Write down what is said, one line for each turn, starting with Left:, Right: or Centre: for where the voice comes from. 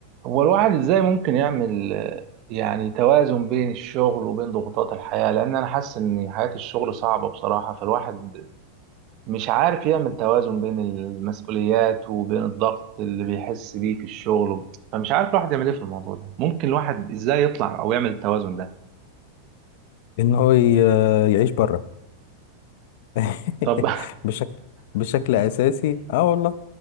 Right: هو الواحد ازاي ممكن يعمل آه، يعني توازن بين الشغل وبين ضغوطات الحياة لان انا حاسس ان حياة الشغل صعبة بصراحة فالواحد مش عارف يعمل توازن بين المسؤوليات وبين الضغط اللي بيحس بيه في الشغل فمش عارف الواحد يعمل ايه في الموضوع ده ممكن الواحد ازاي يطلع او يعمل التوازن ده
Left: ان هو ي- يعيش بره <laughs>
Right: طب <laughs>
Left: بشكل بشكل اساسي اه والله